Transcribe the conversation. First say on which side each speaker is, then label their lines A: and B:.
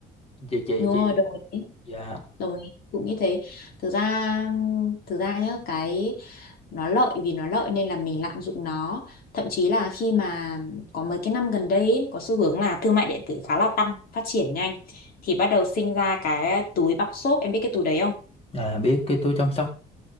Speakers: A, on the left (about 35°); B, on the left (about 60°).
A: chị chị
B: đúng
A: chị
B: rồi đồng ý
A: dạ
B: đồng ý cũng như thế thực ra thực ra nhá cái nó lợi vì nó lợi nên là mình lạm dụng nó thậm chí là khi mà có mấy cái năm gần đây ấy, có xu hướng là thương mại điện tử khá là tăng phát triển nhanh thì bắt đầu sinh ra cái túi bọc xốp em biết cái túi đấy không
A: à, biết cái túi chăm sóc